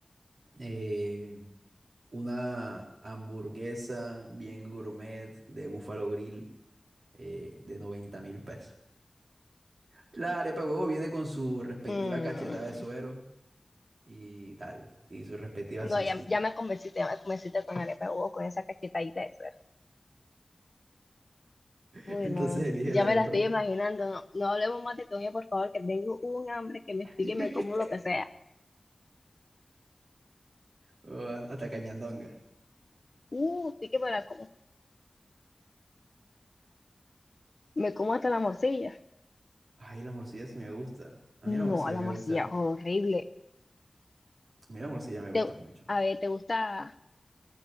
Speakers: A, on the right; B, on the left.
A: eh, una hamburguesa bien gourmet de Buffalo Grill eh, de noventa mil pesos. La arepa de huevo viene con su respectiva
B: Mm.
A: cachetada de suero y tal, y su respectiva
B: No,
A: salsita.
B: ya, ya me convenciste, ya me convenciste con arepa de huevo, con esa cachetadita de suero.
A: <laughs>
B: Uy,
A: Entonces
B: no,
A: elige
B: ya
A: la arepa
B: me la estoy
A: de huevo.
B: imaginando. No, no hablemos más de comida, por favor, que tengo un hambre que me
A: <laughs>
B: explique, me como lo que sea.
A: O hasta cañandonga.
B: Uh, sí que me la como. Me como hasta la morcilla.
A: Ay, la morcilla sí me gusta. A mí la morcilla
B: No,
A: me
B: la morcilla,
A: gusta.
B: horrible.
A: A mí la morcilla me gusta
B: Te-
A: mucho.
B: a ver, ¿te gusta,